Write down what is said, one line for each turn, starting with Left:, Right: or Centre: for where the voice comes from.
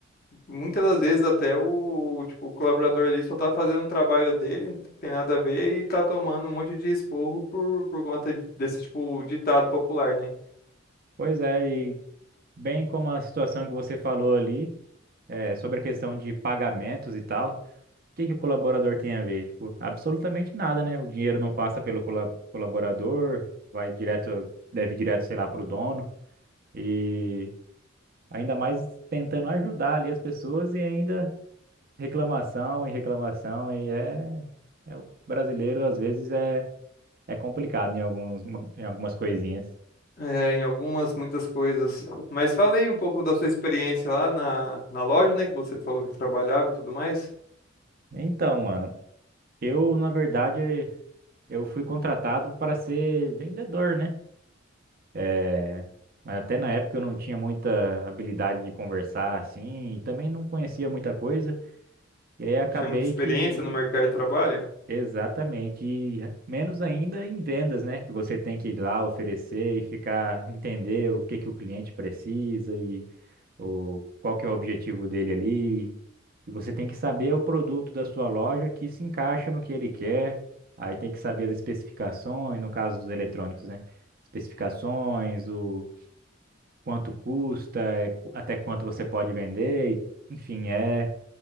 Left: Muitas das vezes até o, tipo, o colaborador ali só tá fazendo o trabalho dele, não tem nada a ver, e tá tomando um monte de esporro por, por conta de- desse, tipo, ditado popular, né?
Right: Pois é, e bem como a situação que você falou ali, é, sobre a questão de pagamentos e tal, o que que o colaborador tem a ver? Tipo, absolutamente nada, né? O dinheiro não passa pelo cola- colaborador, vai direto, deve direto, sei lá, pro dono, e ainda mais tentando ajudar ali as pessoas e ainda. reclamação e reclamação e é, é o brasileiro às vezes é é complicado em alguns em algumas coisinhas.
Left: É, em algumas, muitas coisas. Mas falei um pouco da sua experiência lá na, na loja, né? Que você falou que trabalhava e tudo mais.
Right: Então, mano, eu na verdade eu fui contratado para ser vendedor, né? É, mas até na época eu não tinha muita habilidade de conversar assim e também não conhecia muita coisa e aí acabei
Left: Não tinha muita experiência
Right: que
Left: no mercado de trabalho.
Right: Exatamente, e menos ainda em vendas, né? Que você tem que ir lá oferecer e ficar entender o que que o cliente precisa o, qual que é o objetivo dele ali. E você tem que saber o produto da sua loja que se encaixa no que ele quer. Aí tem que saber as especificações, no caso dos eletrônicos, né? Especificações, o quanto custa, é, até quanto você pode vender, e- enfim, é,